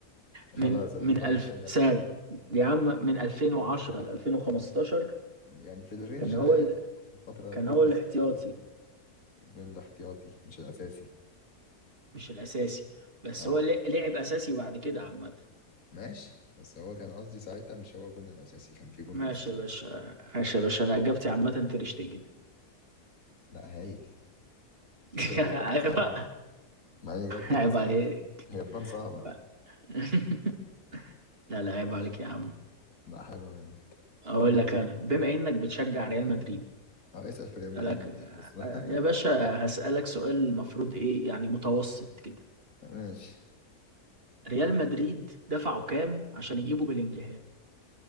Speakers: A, on the left; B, on the right.
A: خلاص
B: من
A: اديك
B: من
A: واحد
B: ألف
A: تاني
B: سنة
A: اسهل
B: يا عم من 2010 ل 2015
A: يعني في الرينج
B: كان هو
A: ده يعني
B: ال...
A: في الفترة الحقبة
B: كان هو الاحتياطي
A: الزمنية الجون الاحتياطي مش الأساسي
B: مش الأساسي بس
A: اه
B: هو لع- لعب أساسي بعد كده عامة
A: ماشي بس هو كان قصدي ساعتها مش هو الجون الأساسي كان في جون
B: ماشي
A: أساسي
B: يا باشا ماشي يا باشا أنا إجابتي عامة تير شتيجن
A: لا هايل شفت
B: <laughs>
A: اللي جابت
B: عيب
A: ثلاث ساعات
B: بقى
A: ده مع اني جابت
B: عيب
A: ثلاث ساعات
B: عليك
A: هي تبان صعبة
B: بقى <laughs> لا لا عيب
A: ماشي
B: عليك يا عم
A: لا حلوة منك
B: اقول لك انا بما انك بتشجع ريال مدريد
A: اه اسأل في ريال مدريد
B: اسالك
A: ماشي
B: آه،
A: بس
B: يا
A: <laughs>
B: باشا هسالك سؤال المفروض ايه يعني متوسط كده
A: ماشي
B: ريال مدريد دفعوا كام عشان يجيبوا بلينجهام